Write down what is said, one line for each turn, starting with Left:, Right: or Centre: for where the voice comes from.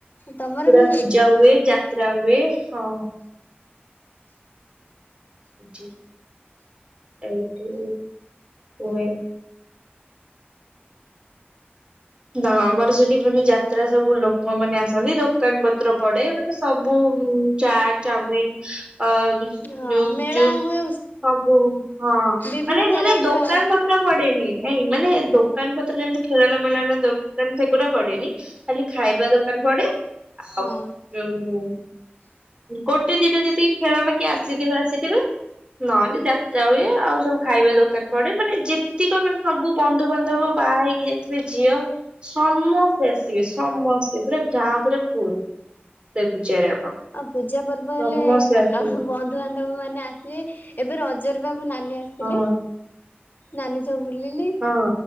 Left: ତମର
Right: ପୁରା
Left: ବି
Right: ପୂଜା ହୁଏ ଯାତ୍ରା ହୁଏ। ହଁ। ଏଇଠି ଏଇଠି ହୁଏ। ହଁ ଆମର ସେଠି ପୁଣି ଯାତ୍ରା ସବୁ ଲୋକମାନେ ଆସନ୍ତି ଦୋକାନ ପତ୍ର ପଡେ ସବୁ ଚା ଚାଉମିନ ଅ
Left: ହଁ
Right: ଯୋଉ ଗୁପଚୁପ
Left: ମେଳା ହୁଏ
Right: ସବୁ ହଁ
Left: ବିଭିନ୍ନ
Right: ମାନେ
Left: ଭେରାଇଟିର
Right: ମାନେ ଦୋକାନ ପତ୍ର ପଡେନି ନାଇଁ ମାନେ ଦୋକ ଦୋକାନ ପତ୍ର ଯେମିତି ଖେଳଣା ମେଳଣା ଦୋକାନ ସେଗୁଡା ପଡେନି ଖାଲି ଖାଇବା ଦୋକାନ ପଡେ। ଆଉ
Left: ହଁ
Right: ଯୋଉ ଗୋଟେ ଦିଟା ଯଦି ଖେଳଣା କିଏ ଆସିଥିବେ ଆସିଥିବେ। ନହେଲେ ଯାତ୍ରା ହୁଏ ଆଉ ସବୁ ଖାଇବା ଦୋକାନ ପଡେ ମାନେ ଯେତିକ ମାନେ ସବୁ ବନ୍ଧୁବାନ୍ଧବ ବାହା ହେଇକି ଯାଇ ଭି ଝିଅ ସମସ୍ତେ ଆସିବେ ସମସ୍ତେ ପୁରା ଗାଁ ପୁରା ଫୁଲ ସେ ପୂଜାରେ ଆମର
Left: ଆଉ ପୂଜା ପର୍ବ ହେଲେ
Right: ସମସ୍ତେ
Left: ଭଲ
Right: ଆସିବେ
Left: ବନ୍ଧୁ ବାନ୍ଧ ନ୍ଧବ ମାନେ ଆସିବେ ଏବେ ରଜର ବା ମୋ ନାଚ ରେ ଆସିଥିଲେ।
Right: ହଁ
Left: ନାନୀ ସବୁ ବୁଲିଲି।
Right: ହଁ।